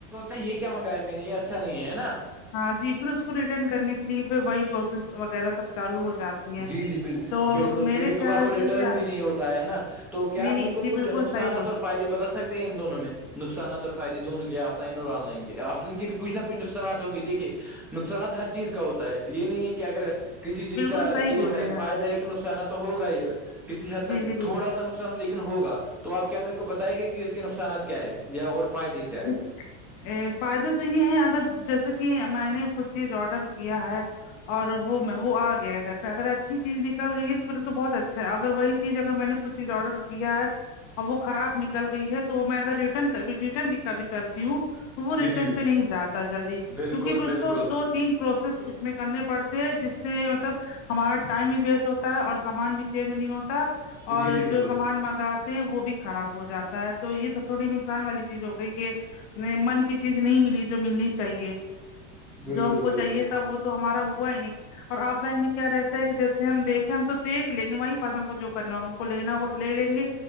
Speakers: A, in the centre; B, on the left.
A: ا یہ کیا منگایا میں نے یہ اچھا نہیں ہے نا
B: ہاں جی پھر اس کو ریٹرن کرنے کے لیے پھر وہی پروسیس وغیرہ سب چالو ہو جاتی ہیں
A: جی جی ب
B: تو
A: بالکل
B: میرے
A: کبھی
B: خیال
A: کبھار وہ ریٹرن
B: سے کیا
A: بھی نہیں ہوتا ہے نا تو کیا
B: نہیں
A: آ
B: نہیں
A: میرے کو
B: جی
A: کچھ
B: بالکل
A: نقصانات
B: صحیح بول
A: اور فائے بدل سکتے ان دونوں میں نقصانات اور فائدے دونوں کے آف لائن اور آن لائن کے آف لائن بھی کچ نہ کچھ نقصانات ہوں گے دیکھیے نقصانات ہر چیز کا ہوتا ہے یہ نہیں ہے کہ اگر کسی چیز
B: بالکل
A: کا
B: صحیح
A: یہ
B: بولے
A: ہے
B: ہیں
A: فائدہ
B: آپ
A: ہے کہ نقصانہ تو ہوگا ہی کسی حد تک
B: جی جی بالکل
A: تھوڑا سا ن نقصان لیکن ہوگا تو آپ کیا میرے کو بتائے گے کہ اس کے نقصانات کیا ہے یا اور فائدے کی
B: <unintelligible> ا فائدے تو یہ ہے اگر جیسے کہ میں نے کچھ چیز آڈر کیا ہے اور وہ میں وہ آ گیا اھر پہ اگر اچھی چیز نکال گئی ہے تو میرے تو بہت اچھا ہے اگر وہی چیز اگر میں نے کچھ چیز آرڈر کیا ہے اور وہ خراب نکل گئی ہے تو میں اگر رٹر ریٹرن بھی کبھی کرتی ہوں وہ ریٹرن
A: جی جی بالکل
B: پہ نہیں جاتا جلدی
A: بالکل
B: کیونکہ پھر اس
A: بالکل
B: کو دو تین پروسیس اس میں کرنے پڑتے جس سے مطلب ہمارا ٹائم بھی ویسٹ ہوتا ہے اور سامان بھی چینج نہیں ہوتا اور
A: جی جی بالکل
B: جو سامان منگاتے ہیں وہ بھی خراب ہو جاتا ہے تو یہ تو تھوڑی نقصان والی چیز ہو گئی من کی چیز نہیں ملی جو ملنی چاہیے
A: بالکل
B: جو ہم کو
A: بالکل
B: چاہیے تھا وہ تو ہمارا ہوا ہے نہیں اور آف لائن میں کیا رہتا ہے کہ جیسے ہم دیکیں ہم تو دھ لیں گے وہیں پاس ہم کو جو کرنا ہوگا کو لینا ہو تو لے لیں گے